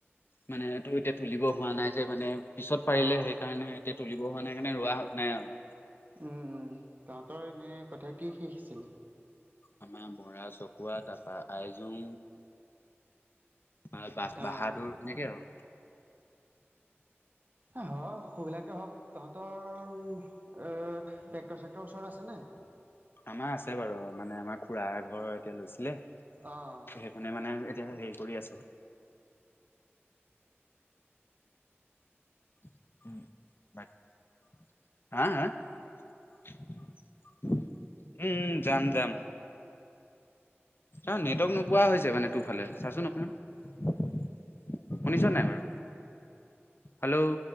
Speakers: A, on the left; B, on the right.
A: মানে এইটো এতিয়া তুলিব হোৱা নাই যে মানে পিছত পাৰিলে
B: অ',
A: সেইকাৰণে এতিয়া তুলিব হোৱা নাই কাৰণে ৰোৱা <unintelligible> নাই আৰু।
B: উম-উম তহঁতৰ এনে কঠিয়া কি শিচিছিলি?
A: আমাৰ বৰা, চকুৱা তাৰপা আইজোং বা-বাদ -বাহাদুৰ
B: অ',
A: এনেকেই আৰু।
B: এ হয় সৌবিলাকেই হওক তহঁতৰ অ, টেক্টৰ-চেক্টৰ ওচৰত আছে নে?
A: আমাৰ আছে বাৰু মানে আমাৰ খুৰাৰ ঘৰৰ এতিয়া লৈছিলে।
B: অ'।
A: মানে-মানে এতিয়া হেৰি কৰি আছে। <unintelligible> উম, যাম-যাম। অ, নেটৱৰ্ক নোপোৱা হৈছে মানে তোৰফালে চাচোন অকমান শুনিছ নাই বাৰু হেল্ল',?